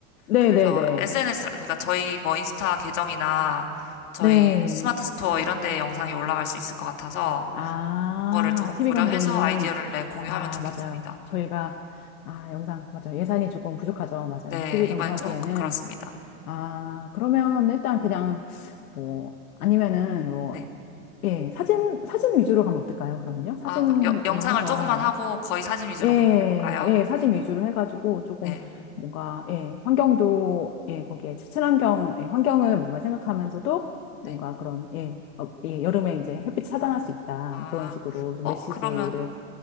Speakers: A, on the left (about 85°); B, on the left (about 65°).
A: 네네네.
B: 그래서 SNS, 그러니까 저희 뭐 인스타 계정이나 저희
A: 네.
B: 스마트 스토어 이런 데 영상이 올라갈 수 있을 것 같아서
A: 아,
B: 그거를 조금
A: TV
B: 고려해서
A: 광고는,
B: 아이디어를 내 공유하면
A: 아,
B: 좋겠습니다.
A: 맞아요. 저희가, 아, 영상, 맞아요. 예산이 조금 부족하죠. 맞아요.
B: 네,
A: TV 광고
B: 이번에 조금
A: 하기에는.
B: 그렇습니다.
A: 아, 그러면 일단 그냥, 뭐, 아니면은 뭐,
B: 네.
A: 예, 사진, 사진 위주로 가면 어떨까요, 그럼요? 사진을
B: 아, 그럼 여- 영상을
A: 해서,
B: 조금만 하고 거의 사진 위주로
A: 예,
B: 그렇게 해볼까요?
A: 예, 사진 위주로 해가지고 조금
B: 네,
A: 뭔가, 예, 환경도, 예, 거기에 친- 친환경, 예, 환경을 뭔가 생각하면서도
B: 네.
A: 뭔가 그런, 예, 어, 예, 여름에 이제 햇빛 차단할 수 있다.
B: 아,
A: 그런 식으로 좀
B: 어,
A: 메시지를,
B: 그러면